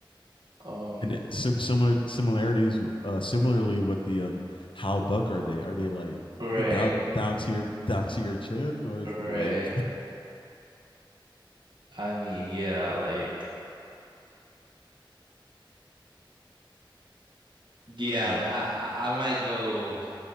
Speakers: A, on the right (about 60°); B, on the left (about 70°).
A: um
B: and it, sim- similar similarities, uh, similarly with the um, how buck are they? Are they like
A: right,
B: down down to your down to your chin, or is
A: right.
B: it like
A: I mean, yeah, like yeah,
B: <laughs> yeah?
A: like I I I might go